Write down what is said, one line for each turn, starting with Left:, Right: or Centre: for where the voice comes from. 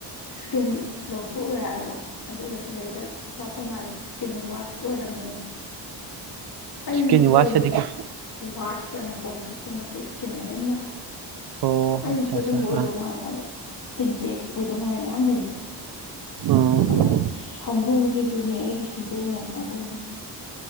Left: ꯁ꯭ꯀꯤꯟ ꯂꯧꯊꯣꯛꯎꯔꯦ ꯍꯥꯏꯕ ꯑꯗꯨꯒꯗ ꯂꯗ ꯀꯥꯞꯄ ꯃꯥꯜꯂꯦ ꯏꯁꯀꯤꯟ ꯋꯥꯠ ꯑꯣꯏꯔꯝꯅꯦꯅ ꯑꯩꯁꯨ
Right: ꯏꯁꯀꯤꯟ ꯋꯥꯁꯇꯗꯤꯀꯣ
Left: ꯂꯩꯕ ꯋꯥꯠ ꯍ ꯄꯣꯝꯊꯣꯛꯄ ꯅꯦ ꯏꯁꯀꯤꯟ ꯑꯍꯦꯟꯕ
Right: ꯑꯣ
Left: ꯑꯩꯁꯨ
Right: ꯑꯠꯆꯥ
Left: ꯑꯗꯨꯝꯕ
Right: ꯑꯠꯆꯥ
Left: ꯑꯣꯏꯗꯧ
Right: ꯑꯥ
Left: ꯃꯥꯜꯂꯦꯕ ꯏꯁꯀꯤꯟ ꯇꯦꯛꯁ ꯑꯣꯏꯗꯧ ꯃꯥꯜꯂꯦ ꯃꯌꯥꯝ ꯂꯩꯕ
Right: ꯎꯝ
Left: ꯍꯣꯏ ꯁꯝꯕ꯭ꯔꯨꯁꯤꯗꯨꯅꯦ ꯑꯩꯒꯤ ꯁꯝꯕ꯭ꯔꯨ ꯃꯌꯥꯝ ꯁꯨꯃꯥꯏꯅ ꯇꯧꯔꯒꯅꯤ